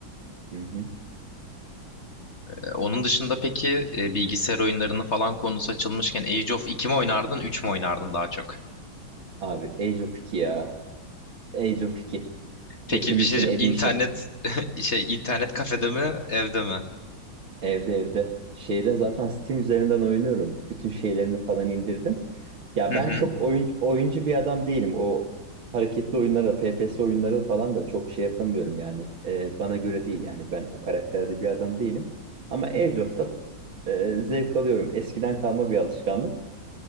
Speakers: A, on the right; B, on the left.
A: Hı hı.
B: E, onun dışında peki e, bilgisayar oyunlarını falan konusu açılmışken Age of 2 mi oynardın 3 mü oynardın daha çok?
A: Abi Age of 2 ya. Age of 2.
B: Peki
A: Definition
B: bir şey diyeceğim.
A: Edition.
B: internet <laughs> şey internet kafede mi evde mi?
A: Evde evde. Şeyde zaten Steam üzerinden oynuyorum. Bütün şeylerini falan indirdim. Ya
B: Hı
A: ben
B: hı.
A: çok oyuncu, oyuncu bir adam değilim. O hareketli oyunlara, FPS oyunları falan da çok şey yapamıyorum yani. Ee, bana göre değil yani. Ben o karakterde bir adam değilim. Ama Age of'ta e, zevk alıyorum. Eskiden kalma bir alışkanlık.